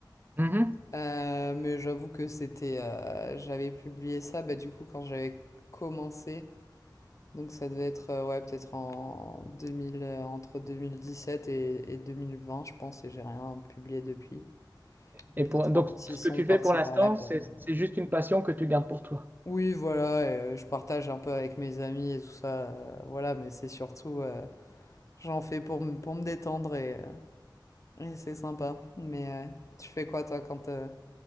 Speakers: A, on the right; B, on the left.
A: Mhm.
B: heu, mais j'avoue que c'était, heu, j'avais publié ça, bah, du coup, quand j'avais commencé, donc ça devait être, heu, ouais, peut-être en 2000, heu, entre 2017 et et 2020, je pense et j'ai rien publié depuis. Peut-être
A: Et pour, donc,
B: un petit
A: ce
B: son
A: que tu
B: par-ci
A: fais pour l'instant,
B: par-là, quoi,
A: c'est
B: mais euh,
A: c'est juste une passion que tu gardes pour toi.
B: Oui, voilà, et, euh, je partage un peu avec mes amis et tout ça, euh, voilà, mais c'est surtout, euh, j'en fais pour, me- pour me détendre et, euh, et c'est sympa. Mais euh, tu fais quoi, toi, quand euh,